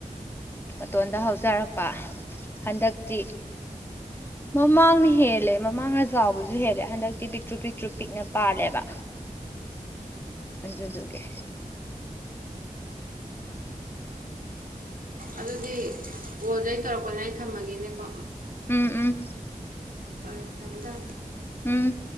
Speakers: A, on the left; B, on the right.
A: ꯃꯇꯣꯟꯗ ꯍꯧꯖꯔꯛꯄ ꯍꯟꯗꯛꯇꯤ ꯃꯃꯥꯡꯅ ꯍꯦꯜꯂꯦ ꯃꯃꯥꯡꯅ ꯆꯥꯎꯕꯁꯨ ꯍꯦꯜꯂꯦ ꯍꯟꯗꯛꯇꯤ ꯄꯤꯛꯇ꯭ꯔꯨ ꯄꯤꯛꯇ꯭ꯔꯨ ꯄꯤꯛꯅ ꯄꯥꯜꯂꯦꯕ ꯃꯗꯗꯨꯦ
B: ꯑꯗꯨꯗꯤ ꯀꯣꯜꯁꯦ ꯑꯩꯅ ꯇꯧꯔꯛꯄꯅ ꯑꯩ ꯊꯝꯃꯒꯦꯅꯦꯀꯣ
A: ꯎꯝ ꯎꯝ
B: ꯍꯣꯏ ꯊꯝꯃꯦ ꯊ
A: ꯎꯝ